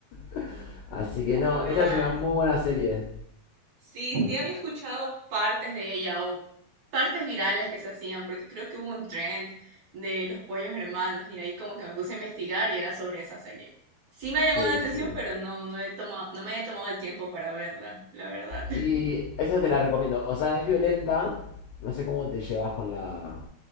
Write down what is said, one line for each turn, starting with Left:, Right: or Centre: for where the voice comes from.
Left: <laughs> Así que no,
Right: Claro.
Left: esta es una muy buena serie.
Right: Sí, sí había escuchado partes de ella o partes virales que se hacían, porque creo que hubo un trend de los pollos hermanos y ahí como que me puse a investigar y era sobre esa serie. Sí me ha
Left: Sí,
Right: llamado la atención,
Left: sí.
Right: pero no, no he tomado, no me he tomado el tiempo para verla, la verdad.
Left: Y esa te la recomiendo. O sea, es violenta. No sé cómo te llevas con la,